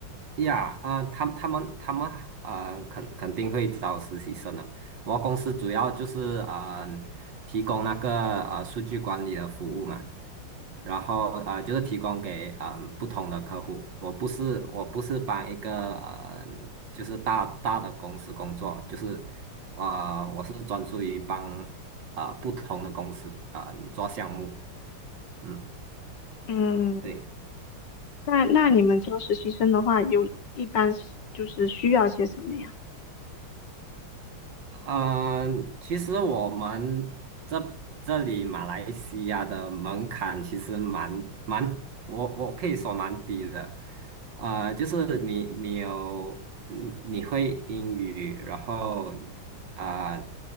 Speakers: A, on the right; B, on the left.
A: 呀啊，他他们他们啊，肯肯定会招实习生的。我公司主要就是啊，提供那个啊数据管理的服务嘛，然后啊就是提供给啊不同的客户。我不是我不是帮一个呃就是大大的公司工作，就是啊我是专注于帮啊不同的公司啊做项目，嗯，
B: 嗯，
A: 对。
B: 那那你们招实习生的话，有一般是就是需要些什么呀？
A: 嗯，其实我们这这里马来西亚的门槛其实蛮蛮，我我可以说蛮低的，啊、就是你你有你你会英语，然后啊、